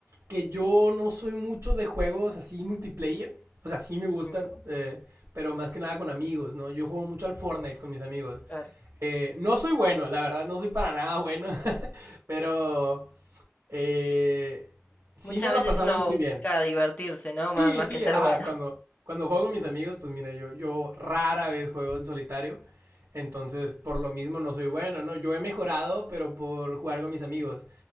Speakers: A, on the right (about 80°); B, on the left (about 35°).
A: que yo no soy mucho de juegos así multiplayer. O sea, sí me gustan,
B: Ujú,
A: eh, pero más que nada con amigos, ¿no? Yo juego mucho al Fortnite con mis amigos.
B: claro.
A: Eh, no soy bueno, la verdad, no soy para nada bueno, <laughs> pero Eh, sí,
B: Muchas
A: nos
B: veces
A: la pasamos
B: uno
A: muy bien.
B: busca divertirse, ¿no?
A: Sí,
B: Má- más
A: sí,
B: que ser
A: ajá,
B: bueno.
A: cuando, cuando juego con mis amigos, pues mira, yo, yo rara vez juego en solitario, entonces por lo mismo no soy bueno, ¿no? Yo he mejorado, pero por jugar con mis amigos.